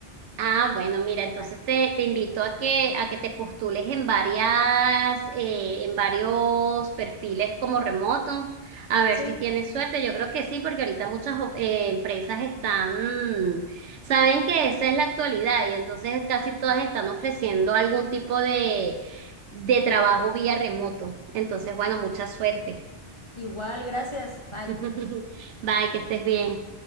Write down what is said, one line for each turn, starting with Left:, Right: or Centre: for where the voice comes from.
Right: Ah, bueno, mira, entonces
Left: Bye.
Right: te, te invito a que, a que te postules en varias, eh, en varios perfiles como remoto, a ver
Left: Sí,
Right: si tienes suerte. Yo creo que sí, porque ahorita muchas o- eh, empresas están, saben que esa es la actualidad y entonces casi todas están ofreciendo algún tipo de, de trabajo vía remoto. Entonces, bueno, mucha suerte.
Left: igual, gracias. Bye.
Right: <laughs> Bye, que estés bien.